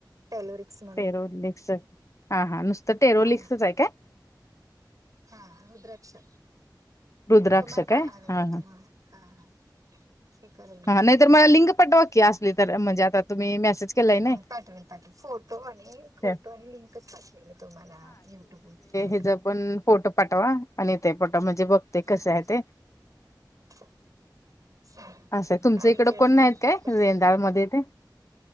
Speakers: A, on the right (about 50°); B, on the left (about 40°).
A: टेलोरिक्स म्हण
B: टेरोलेक्स हा. हा. नुसतं टेरो
A: हा
B: लिकसच हाय काय?
A: हा. रुद्राक्ष
B: रुद्राक्ष
A: तुम्हाला
B: काय
A: पा
B: हा हा
A: तुम्हा हा. हा. हे करेल मी
B: हा नाही
A: तुम्हाला.
B: तर मला लिंक पाटवा की असली तर म्हणजे आता तुम्ही मेसेज केलाय नाही
A: हा. पाठवेल पाठवू फोटो आणि फोटो
B: त्या
A: आणि लिंकच पाठवेल मी तुम्हाला युट्यूबवर यु
B: तिचं पण फोटो पाठवा आणि ते फोटो म्हणजे बघते
A: हा
B: कसं हाय ते.
A: <unintelligible>
B: असं तुमच्या
A: साडीचे
B: इकडं
A: असे
B: कोण नाहीत
A: वनपीस
B: काय
A: पण
B: रेंदाळमध्ये
A: शिवतो.
B: ते